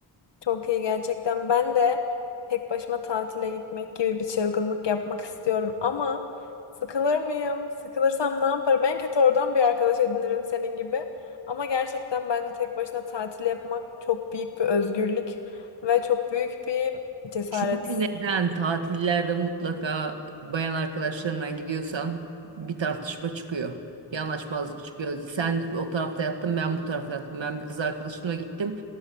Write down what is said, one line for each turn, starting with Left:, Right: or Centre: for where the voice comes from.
Left: Çok iyi gerçekten. Ben de tek başıma tatile gitmek gibi bir çılgınlık yapmak istiyorum ama sıkılır mıyım? Sıkılırsam ne yaparım? En kötü oradan bir arkadaş edinirim senin gibi. Ama gerçekten bence tek başına tatil yapmak çok büyük bir özgürlük ve çok büyük bir cesaret.
Right: Çünkü neden tatillerde mutlaka bayan arkadaşlarına gidiyorsan bir tartışma çıkıyor. Bir anlaşmazlık çıkıyor. Sen o tarafta yattın, ben bu tarafta yattım. Ben bir kız arkadaşımla gittim.